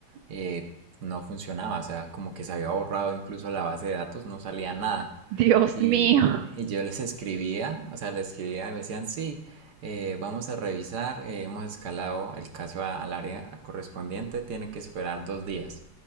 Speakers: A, on the right; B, on the right.
A: eh, no funcionaba, o sea, como que se había borrado incluso la base de datos, no salía nada.
B: <laughs> Dios
A: Y,
B: mío.
A: y yo les escribía, o sea, les escribía y me decían, sí, eh, vamos a revisar, eh, hemos escalado el caso a- al área correspondiente, tiene que esperar dos días.